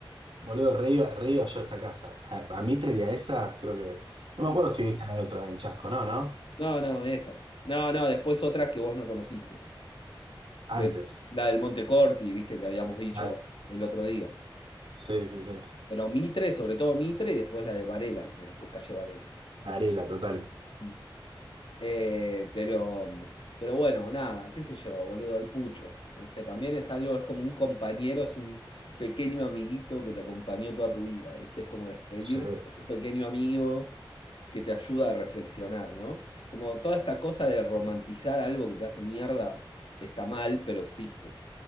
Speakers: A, on the right; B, on the left.
A: Boludo, re iba, re iba yo a esa casa. A, a Mitre y a esa, creo que. No
B: Sí.
A: me acuerdo si viste en el otro, en Chasco, ¿no? ¿No?
B: No, no, esas. No, no, después otras que vos no conociste. Pero
A: Antes.
B: la del Montecorti, viste, que habíamos dicho
A: Claro.
B: el otro día.
A: Sí, sí, sí.
B: Pero Mitre, sobre todo Mitre, y después la de Varela, mira, calle Varela.
A: Varela, total.
B: Mm. Eh, pero, pero bueno, nada, qué sé yo, boludo, el pucho, viste, también es algo, es como un compañero, es un pequeño amiguito que te acompañó toda tu vida, viste, es como despedir
A: Sí, es.
B: un pequeño amigo que te ayuda a reflexionar, ¿no? Como toda esta cosa de romantizar algo que te hace mierda está mal, pero existe.